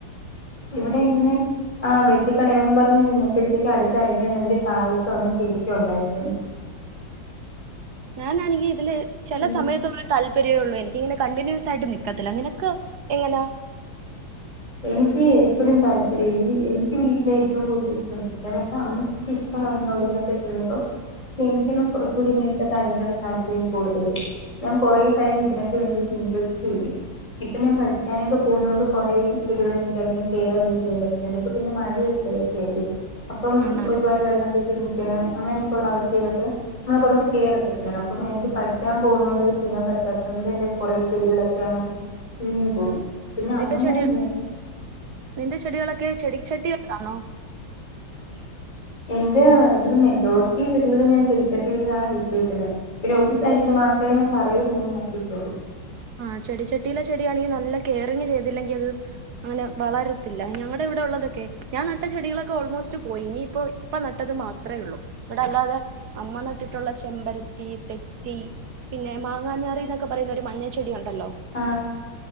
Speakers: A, on the left (about 15°); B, on the right (about 60°).
A: ഇവിടെ എങ്ങനെ ആ വെട്ടിക്ക കളയാന്നും പറഞ്ഞഞ് നിന്നപ്പോഴ്ത്തേക്ക് അടുത്ത ആഴ്ചതന്നെ അതില് കായക്ക വന്നു ശരിക്കും ഉണ്ടായിട്ടുണ്ട്
B: ഞാനാണെങ്കിൽ ഇതില് ചില
A: നിങ്ങ
B: സമയത്തുള്ള ഒരു താല്പര്യ ഉള്ളൂ എനി ഇങ്ങനെ കണ്ടിന്യൂസ് ആയിട്ട് നിക്കത്തില്ല നിനക്ക് എങ്ങനാ
A: എനിക്ക് എപ്പഴും താല്പര്യ എനിക്ക് വീട്ടില ഏറ്റവും കൂടുതൽ ഇഷ്ട ദിവസ അമ്മക്ക് അങ്ങനെ ഓരോന്നക്കെ ചെയ്തപ്പോ പക്ഷെ എനിക്കാണ് കുറചൂടി ഇങ്ങനത്തെ കാര്യങ്ങൾ താല്പര്യം കൂടുതല് ഞാൻ കുറേ ടൈം ഇതിനൊക്ക വേണ്ടിട്ട് ഇൻവെസ്റ്റ്ചെയും ഇപ്പൊ ഞാൻ പഠിക്കാനൊക്കെ പോകുന്ന കൊണ്ട് കൊറെ ചെടികളെ എനിക്ക് അധികം കെയറൊന്നും ചെയ്യാൻ പറ്റുന്നില്ല ഇപ്പോ പിന്നെ മഴ ഇവിടെ ഒക്കെ അല്ലെ അപ്പം
B: ആണാണ്
A: ഒരുപാട് വെള്ളം കി ഒരുമിക്കണ് അങ്ങനെയൊക്കെയുള്ള അവസ്ഥ ഇയിലൊക്കെ നമ്മള് കുറച്ച് കെയറ ഒക്കെ ചെയ്യണം അപ്പ നമ്മുക്ക് പഠിക്കാൻ പോകുന്നോണ്ട് അത് ചെ യ്യാൻ പറ്റാതോണ്ട് എന്റെ കുറെ ചെടികളൊക്കെഅങ്ങ് ചുരുങ്ങി പോയി പിന്നെ
B: നിന്റെ
A: അമ്മ
B: ചെടി
A: ഞാൻ ഇതി
B: നിന്റെ ചെടികളൊക്കെ ചെടി ചട്ടി വെക്കാണോ
A: എന്റെ ഇതിലും മെജോറിറ്റി ചെടികളും ഞാൻ ചെടിചട്ടികളിലാണ് വച്ചേക്കുന്നേ പിന്നെ ഒരു സൈഡില് മാ ത്ര ഞാൻ തറയിൽ ഇങ്ങനെ നട്ടിട്ടൊളൂ
B: ആ ചെടി ചട്ടയിലെ ചെടിയാണെങ്കി നല്ല കെയറിങ്ങ് ചെയ്തില്ലെങ്കിൽ അത് അങ്ങനെ വളരത്തില്ല ഞങ്ങടെ ഇവിടെ ഉള്ളതൊക്കെ ഞാൻ നട്ട ചെടികളൊക്കെ ഓൾമോസ്റ്റ് പോയി ഇനിയിപ്പോ ഇപ്പ നട്ടത് മാത്ര ഉള്ളൂ ഇവിടെ അല്ലാതെ അമ്മ നട്ടിട്ടുള്ള ചെമ്പരത്തി തെറ്റി പിന്നെ മാങ്ങാഞ്ഞാറി എന്നൊക്കെ പറയുന്ന ഒരു മഞ്ഞ ചെടി ഒണ്ടല്ലോ
A: ആ